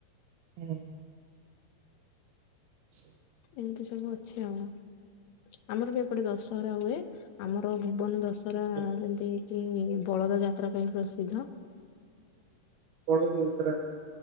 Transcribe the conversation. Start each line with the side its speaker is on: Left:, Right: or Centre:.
Right: ହୁଁ। <inaudible>
Left: ଏମିତି ସବୁ ଅଛି ଆଉ, ଆମର ବି ଏପଟେ ଦଶହରା ହୁଏ ଆମର ଭୁବନ ଦଶହ ରା
Right: ଆଜ୍ଞା
Left: ଯେମିତି ଏଇଠି କି ବଳଦ ଯାତ୍ରା ପାଇଁ ପ୍ରସିଦ୍ଧ
Right: ବଳଦ ଯାତ୍ରା